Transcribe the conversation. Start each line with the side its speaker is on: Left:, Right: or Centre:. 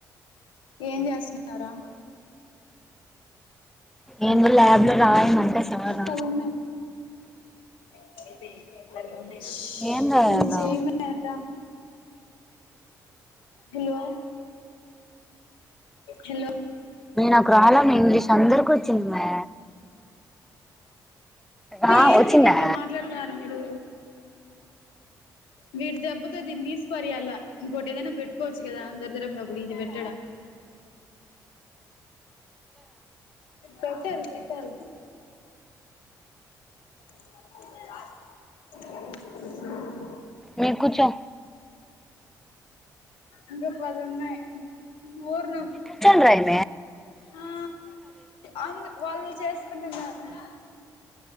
Left: ఏం చేస్తున్నారా
Centre: ఏందు ల్యాబ్ లో రాయమ అంటే సార్
Left: పది ఉన్నాయి. <unintelligible> <unintelligible>
Centre: ఏం రాయాలా
Left: హలో హలో
Centre: మే నాకు రాలం ఇంగ్లీష్ అందరూకు వచ్చింది మే అ
Left: ఏంది
Centre: వచ్చిందా
Left: మీరు దీంట్లో మాట్లాడుతున్నారు మీరు వీడి దెబ్బతో దిని తీసి పరేయ్యాల ఇంకోటి ఏదైనా పెట్టుకోవచ్చు కదా దరిద్రపు <unintelligible> ఇది పెట్టాడా పెట్టరు పెట్టరు <unintelligible>
Centre: నీకు చు
Left: ఇంకా పది ఉన్నాయి ఊర్
Centre: కూర్చొని రాయి
Left: ఆ అందు వాళ్ళు చేస్ ంటంద <unintelligible>